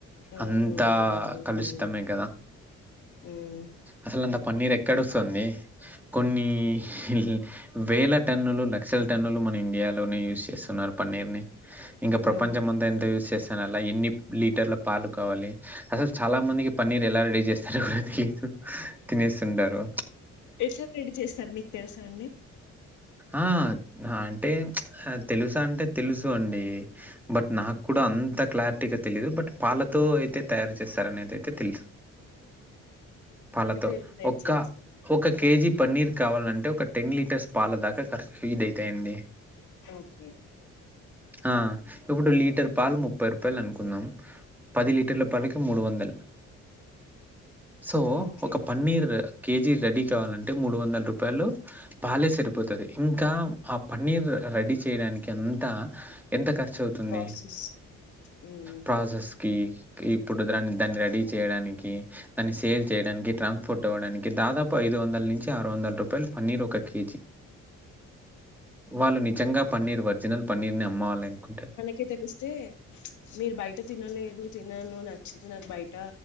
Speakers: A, on the left (about 75°); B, in the centre.
A: హ్మ్
B: అంతా
A: ఉండదండి
B: కలుషుతమే
A: అవునండి
B: గదా
A: హ్మ్.
B: అసలంత పన్నీర్ ఎక్కడొస్తుంది కొన్ని ఇల్ వేలా టన్నులు లక్షల టన్నులు మన ఇండియాలోనే యూజ్ చేస్తున్నారు పన్నీర్ ని ఇంక ప్రపంచం
A: హ్మ్.
B: అంత ఎంత యూజ్ చేస్ చ నల్లా ఎన్ని లీటర్ల పాలు కావాలి అసలు చాలా మందికి పన్నీర్ ఎలా రెడీ చేస్తారు కూడా తెలిదు తినేసుండారు
A: ఎట్లా రెడీ చేస్తారు మీకు తేల్సా అండి
B: ఆ హ అంటే అ తెలుసా అంటే తెలుసు అండి బట్ నాక్కూడా అంత క్లారిటీగా తెలిదు బట్ పాలతో అయితే తయారు చేస్తారనేదయితే తెల్స్ పాలతో
A: ఎల్లి తయారు
B: ఒక్క
A: చేస్తారండి
B: హొక కేజీ పన్నీర్ కావాలంటే ఒక టెన్ లీటర్స్ పాల దాకా ఖర్స్ ఫీ డయితాయండి
A: ఓకే
B: అ ఇపుడు లీటర్ పాలు ము ముప్పై రూపాయల్ అనుకుందాం పది లీటర్ల పాలకి మూడు ఒందల్ సో
A: ఓకే
B: ఒక పన్నీర్ ద కేజీ రెడీ కావాలంటే మూడు ఒందల్ రూపాయలు పాలేసరి పోతది ఇంకా ఆ పన్నీర్ రెడీ చేయడానిక్ అంతా ఎంత ఖర్చు అవు తుంది
A: ప్రాసెస్ మ్మ్
B: ప్రాసెస్ కి ఇప్పుడు దాన్ దాన్ని రెడీ చేయడానికి దాన్ని సేల్ చేయడానికి ట్రాన్స్పోర్ట్ అవ్వడానికి దాదాపు ఐదు ఒందల్ నుంచి ఆరు ఒందల్ రూపాయలు పన్నీర్ ఒక కేజీ వాళ్ళు నిజంగా పన్నీర్ ఒరిజినల్ పన్నీర్ ని అమ్మాలనుకుంటే
A: కి తెలిస్తే మీరు బయట తినలేదు తినను నచ్చదు నాక్ బయట